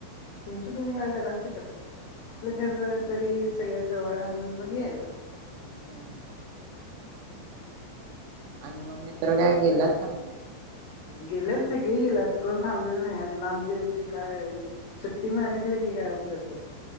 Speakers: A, on the left (about 80°); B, on the right (about 80°).
A: तुमचं तुम्ही काय कराय ते करा. आपलं
B: हम्म
A: घर तरी सगळ्यात जवळ म्हणून मग याच.
B: हम् आणि मग मित्र काय गेलात का मग.
A: गेलेत सगळे गेल्यात. कोण थांबलेले नाही हायत लांबचे-बीमचे काय आहे. सुट्टी मिळाली आली की सगळी गायब होतात बघ.